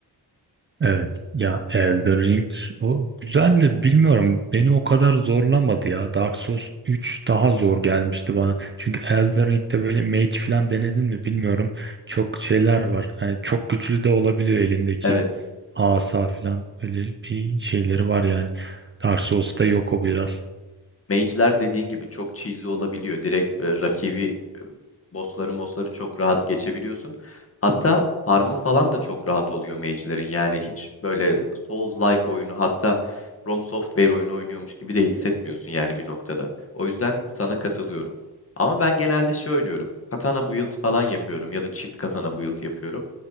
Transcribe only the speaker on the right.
Evet ya Elden Ring o güzeldi bilmiyorum beni o kadar zorlamadı ya Dark Souls 3 daha zor gelmişti bana çünkü Elden Ring'de böyle mage falan denedin mi bilmiyorum çok şeyler var hani çok güçlü de olabiliyor elindeki
asa falan öyle bir şeyleri var yani Dark Souls'ta yok o biraz